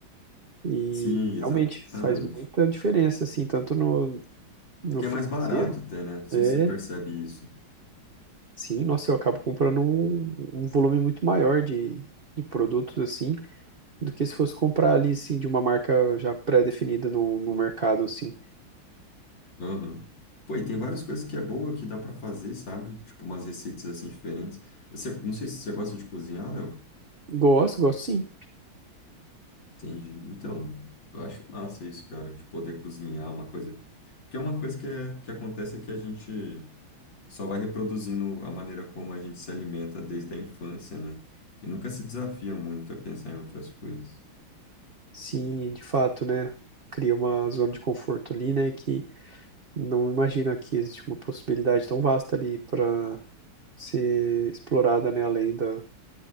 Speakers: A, on the right (about 65°); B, on the left (about 65°).
A: E
B: Sim, exatamente.
A: realmente faz muita diferença assim, tanto no, no
B: Porque
A: financeiro.
B: é mais barato até, né? Não sei
A: é,
B: se você percebe isso.
A: Sim, nossa, eu acabo comprando um, um volume muito maior de, de produtos, assim, do que se fosse comprar ali, assim, de uma marca já pré-definida no, no mercado, assim.
B: Aham. Pô, e tem várias coisas que é boa que dá pra fazer, sabe? Tipo umas receitas assim diferentes. Você, não sei se você gosta de cozinhar, Léo.
A: Gosto, gosto sim.
B: Entendi. Então, eu acho massa isso, cara, de poder cozinhar uma coisa. Porque é uma coisa que, é, que acontece é que a gente só vai reproduzindo a maneira como a gente se alimenta desde a infância, né? E nunca se desafia muito a pensar em outras coisas.
A: Sim, de fato, né? Cria uma zona de conforto ali, né? Que não imagina que existe uma possibilidade tão vasta ali para ser explorada, né? Além da,